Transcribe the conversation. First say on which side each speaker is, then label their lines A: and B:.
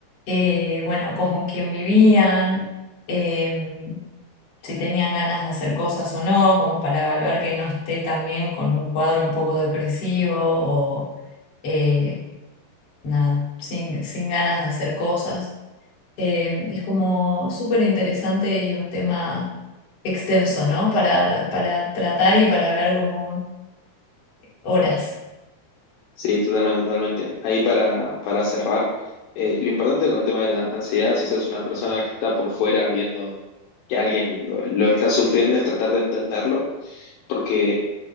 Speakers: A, on the left; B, on the left.
A: eh, bueno, cómo quién vivían. em, si tenían ganas de hacer cosas o no, como para evaluar que no esté también con un cuadro un poco depresivo o eh, nada, sin, sin ganas de hacer cosas. Eh, es como súper interesante y un tema extenso, ¿no? Para, para tratar y para hablar como horas.
B: Sí, totalmente, totalmente. Ahí para, para cerrar, eh, lo importante con el tema de la ansiedad, si sos una persona que está por fuera viendo que alguien lo, lo está sufriendo, es tratar de entenderlo, porque